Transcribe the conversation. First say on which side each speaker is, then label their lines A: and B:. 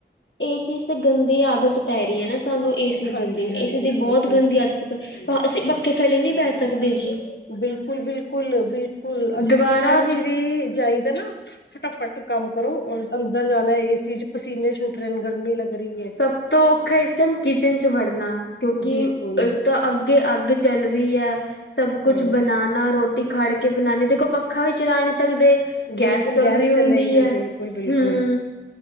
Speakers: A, on the left (about 80°); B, on the left (about 70°).
A: ਇਹ ਚੀਜ ਤੇ ਗੰਦੀ ਆਦਤ ਪੈ ਰਹੀ ਹੈ ਨਾ ਸਾਨੂੰ। ਏ ਸੀ
B: ਹਾਂਜੀ
A: ਦੀ ਤੇ,
B: ਹਾਂਜੀ
A: ਏਸੀ ਦੀ
B: ਬਿਲਕੁਲ
A: ਬਹੁਤ ਗੰਦੀ ਆਦਤ ਪਈ ਓਹ ਅਸੀ ਬੱਖੇ ਥੱਲੇ ਨਹੀਂ ਬੈ ਸਕਦੇ ਜੀ।
B: ਬਿਲਕੁਲ ਬਿਲਕੁਲ ਬਿਲਕੁਲ ਅਸੀ
A: ਦੀਵਾਰਾਂ
B: ਤੇ ਕਿਚਨ
A: ਵਿੱਚ
B: ਚ ਵੀ ਜਾਈਦਾ ਏ ਨਾ। ਫਟਾਫਟ ਕੰਮ ਕਰੋ ਅੰਦਰ ਜਾਣਾ ਏ ਚ ਪਸੀਨੇ ਛੂਟ ਰਹੇ ਨੇ, ਗਰਮੀ ਲੱਗ ਰਹੀ ਹੈ
A: ਸਭ ਤੋਂ ਔਖਾ ਇਸ ਟਾਈਮ ਕਿਚਨ ਚ ਵੜਨਾ ਕਿਉਂਕਿ
B: ਬਿਲਕੁਲ
A: ਇੱਕ ਤਾਂ ਅੱਗੇ ਅੱਗ ਚੱਲ ਰਹੀ ਹੈ ਸਭ ਕੁਛ
B: ਹਾਂ
A: ਬਣਾਉਣਾ ਰੋਟੀ ਖੜ ਕੇ ਬਣਾਉਦੇ ਦੇਖੋ ਪੱਖਾ ਵੀ ਚਰਾ ਨਹੀਂ ਸਕਦੇ। ਗੈਸ
B: ਬਿਲਕੁਲ
A: ਚੱਲ ਰਹੀ ਹੁੰਦੀ
B: ਚਲੇ ਗਈ
A: ਹੈ
B: ਬਿਲਕੁਲ ਬਿਲਕੁਲ
A: ਹਮ।